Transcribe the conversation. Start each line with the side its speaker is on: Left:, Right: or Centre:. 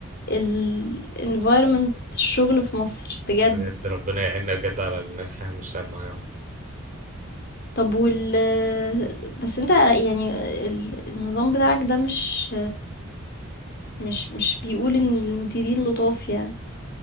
Left: ال environment الشغل في مصر بجد
Right: بجد ربنا يعيننا بجد على الناس اللي احنا بنشتغل معاهم
Left: طب وال بس أنت يعني ال النظام بتاعك ده مش مش مش بيقول إن المديرين لطاف يعني،